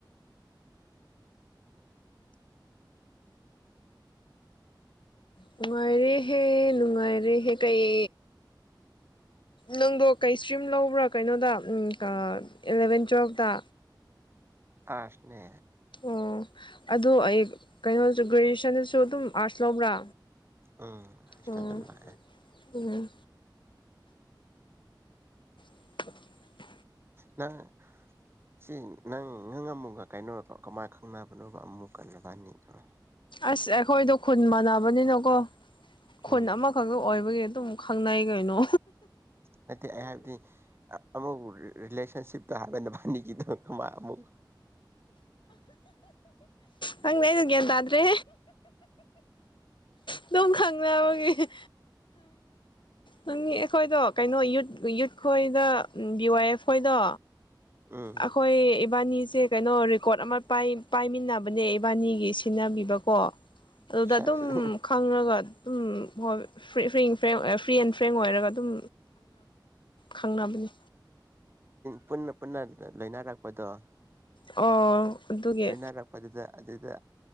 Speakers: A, on the left; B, on the right.
A: ꯅꯨꯡꯉꯥꯏꯔꯦꯍꯦ ꯅꯨꯡꯉꯥꯏꯔꯦꯍꯦ ꯀꯩ ꯅꯪꯣꯛ ꯀꯩ ꯏꯁ꯭ꯇ꯭ꯔꯤꯝ ꯂꯧꯕ꯭ꯔꯥ ꯀꯩꯅꯣꯗ ꯏ ꯑꯦꯂꯚꯦꯟ ꯇꯨꯌꯦꯦꯜꯞꯇ
B: ꯑꯁꯅꯦ
A: ꯑꯣ ꯑꯗꯨꯗꯣ ꯑꯩ ꯀꯩꯅꯣꯁꯨ ꯒ꯭ꯔꯦꯖꯨꯑꯦꯁꯟꯗꯁꯨ ꯑꯗꯨꯝ ꯑꯥꯔꯠꯁ ꯂꯧꯕ꯭ꯔꯥ
B: ꯎꯝ ꯍꯥꯁꯇꯗ
A: ꯎꯝ
B: ꯂꯦ
A: ꯎꯝ <unintelligible>
B: ꯅꯪ ꯁꯤ ꯅꯪ ꯅꯪ ꯑꯃꯨꯛꯒ ꯀꯩꯅꯣꯣ ꯀꯃꯥꯏ ꯈꯪꯅꯕꯅꯣꯕ ꯑꯃꯨꯛ ꯀꯜꯂꯕꯥꯅꯤꯗꯔꯣ
A: ꯑꯁ ꯑꯩꯈꯣꯏꯗꯣ ꯈꯨꯟ ꯃꯥꯟꯅꯕꯅꯤꯅꯀꯣ ꯈꯨꯟ
B: ꯎꯝ
A: ꯑꯃꯈꯛꯇ ꯑꯣꯏꯕꯒꯤ ꯑꯗꯨꯝ ꯈꯪꯅ ꯀꯥꯏꯅꯣ
B: ꯅꯠꯇꯦ ꯑꯩ ꯍꯥꯏꯕꯗꯤ ꯑꯃ ꯔꯔꯤꯂꯦꯁꯟꯁꯤꯞꯇ ꯍꯥꯏꯕꯅ ꯐꯅꯤꯒꯤꯗ ꯀ ꯃꯥ ꯑꯃꯨ
A: ꯍꯪꯅꯦ ꯂꯩꯗꯨꯒ ꯌꯦꯟꯗꯗ꯭ꯔꯦ ꯑꯗꯨꯝ ꯈꯪꯅꯕꯒꯤ ꯅ ꯑꯩꯈꯣꯏꯗꯣ ꯀꯩꯅꯣ ꯌꯨꯠ ꯈꯣꯏꯗ ꯕꯤ ꯋꯥꯥꯏ ꯑꯦꯐ ꯈꯣꯏꯗꯣ
B: ꯎꯝ
A: ꯑꯩꯈꯣꯏ ꯏꯕꯥꯅꯤ ꯁꯦ ꯀꯩꯅꯣ ꯔꯦꯀꯣꯔꯠ ꯑꯃ ꯄꯥꯏꯃꯤꯟꯅꯕꯅꯦ ꯏꯕꯥꯅꯤꯒꯤ ꯁꯤꯟꯅꯕꯤꯕꯀꯣ ꯑꯗꯨꯗ
B: ꯁꯦꯁ
A: ꯑꯗꯨꯝ ꯈꯪꯉꯒ ꯑꯗꯨꯝ ꯍꯣꯏ ꯐꯔꯤ ꯐ ꯐ꯭ꯔꯤ ꯑꯦꯟ ꯐ꯭ꯔꯦꯡ ꯑꯣꯏꯔꯒ ꯑꯗꯨꯝ ꯈꯪꯅꯕꯅꯤ
B: ꯄꯨꯟꯅ ꯄꯨꯟꯅ ꯂꯩꯅꯔꯛꯄꯗꯣ
A: ꯑꯣ ꯑꯗꯨꯒꯤ
B: ꯇꯅꯔꯛꯄ ꯑꯗꯨꯗ ꯑꯗꯨꯗꯗ